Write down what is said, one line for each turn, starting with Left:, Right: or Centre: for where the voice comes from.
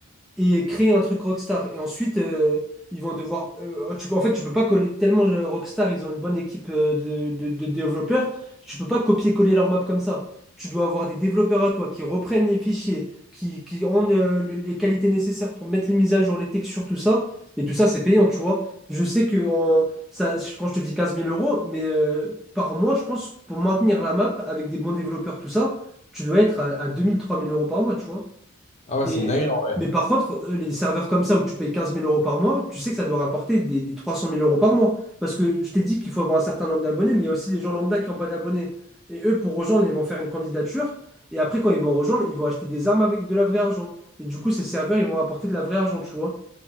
Centre: et créer un truc Rockstar. Et ensuite, euh, ils vont devoir. euh, tu peux, en fait, tu peux pas coller tellement euh, Rockstar, ils ont une bonne équipe euh, de, de- de développeurs. Tu peux pas copier-coller leur map comme ça. Tu dois avoir des développeurs à toi qui reprennent les fichiers, qui, qui ont euh, le- les qualités nécessaires pour mettre les mises à jour, les textures, tout ça. Et tout ça, c'est payant, tu vois. Je sais que en- ça, quand je te dis quinze mille euros, mais euh, par mois, je pense, pour maintenir la map avec des bons développeurs, tout ça, tu dois être à, à 2 000, 3 000 euros par mois, tu vois.
Left: Ah ouais,
Centre: Et,
Left: c'est une dinguerie en vrai.
Centre: mais par contre, euh, les serveurs comme ça où tu payes quinze mille euros par mois, tu sais que ça doit rapporter des, des trois cent mille euros par mois. Parce que je t'ai dit qu'il faut avoir un certain nombre d'abonnés, mais il y a aussi les gens lambda qui n'ont pas d'abonnés. Et eux, pour rejoindre, ils vont faire une candidature. Et après, quand ils vont rejoindre, ils vont acheter des armes avec de la vraie argent. Et du coup, ces serveurs, ils vont apporter de la vraie argent, tu vois.